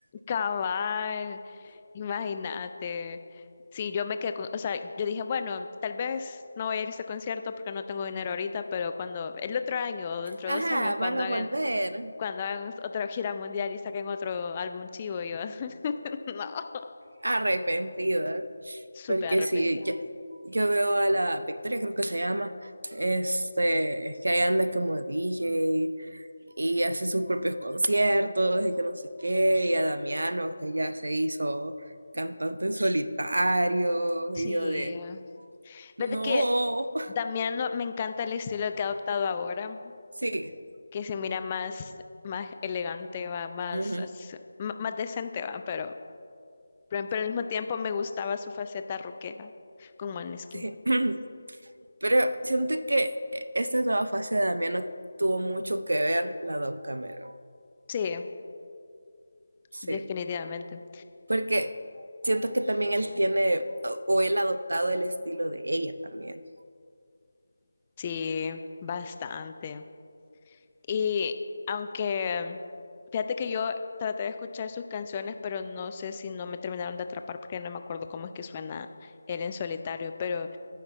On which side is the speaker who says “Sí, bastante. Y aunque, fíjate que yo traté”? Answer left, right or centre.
Left